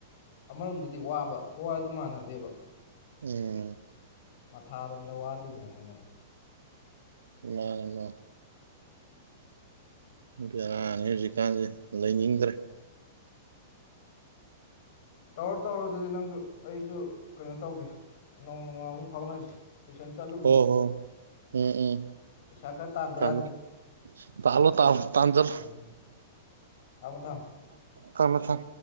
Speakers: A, on the left; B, on the right.
A: ꯑꯃꯔꯣꯝꯗꯗꯤ ꯋꯥꯕ ꯈꯨꯋꯥ ꯑꯗꯨ ꯃꯥꯟꯅꯗꯦꯕ
B: ꯎꯝ
A: ꯃꯊꯥꯔꯣꯝꯗ ꯋꯥꯗꯣꯏꯅꯦ ꯃꯣꯏꯅ ꯑꯃꯨꯛ
B: ꯂꯩ ꯌꯥꯔꯅꯤ ꯍꯧꯖꯤ ꯀꯥꯥꯟꯦ ꯂꯩꯅꯤꯡꯗ꯭ꯔꯦ
A: ꯇꯧꯔ ꯇꯧꯔ ꯑꯗꯨꯗꯤ ꯅꯪꯁꯨ ꯑꯩꯁꯨ ꯀꯩꯅꯣ ꯇꯧꯒꯦ ꯅꯣꯡꯃꯃꯃꯨꯛ ꯐꯥꯎꯅꯁꯤ ꯁꯦꯁꯟ ꯆꯥꯜꯂꯨꯒꯤ
B: ꯍꯣ ꯍꯣ ꯎꯝ ꯎꯝ
A: ꯄꯩꯁꯥ ꯈꯔ ꯇꯥꯟꯗ
B: ꯊꯝꯃꯦ
A: ꯌꯥꯗ꯭ꯔꯦ
B: ꯇꯥꯜꯂꯣ ꯇꯥꯜꯂꯣ ꯇꯥꯟꯖꯜꯂꯣ
A: ꯎꯝ ꯊꯥꯝ ꯊꯝ
B: ꯊꯃꯦ ꯊꯪ